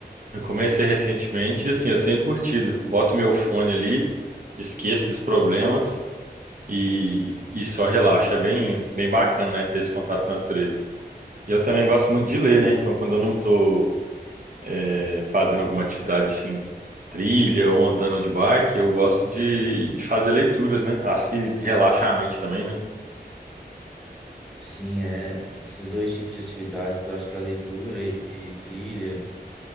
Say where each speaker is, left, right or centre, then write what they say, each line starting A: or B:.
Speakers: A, on the right (about 55°); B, in the centre.
A: eu comecei recentemente e assim, eu tenho curtido. Boto meu fone ali, esqueço dos problemas e, e só relaxo. É bem, bem bacana, né? Ter esse contato com a natureza. E eu também gosto muito de ler, né? Então, quando eu não tô é, fazendo alguma atividade assim, trilha ou andando de bike, eu gosto de, de fazer leituras, né? Acho que relaxa a mente também, né?
B: Sim, é, esses dois tipos de atividades, eu acho que a leitura e, e trilha,